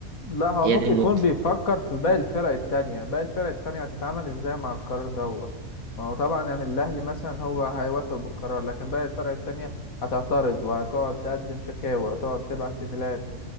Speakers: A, on the left (about 80°); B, on the right (about 80°).
A: لا هو
B: هي
A: ممكن
B: دي النقطه
A: يكون بيفكر في باقي الفرق التانية باقي الفرق التانية هتتعامل ازاي مع القرار دوت ما هو طبعا يعني الأهلي مثلا هو هيوافق بالقرار لكن باقي الفرق التانية هتعترض وهتقعد تقدم شكاوى وهتقعد تبعت ايميلات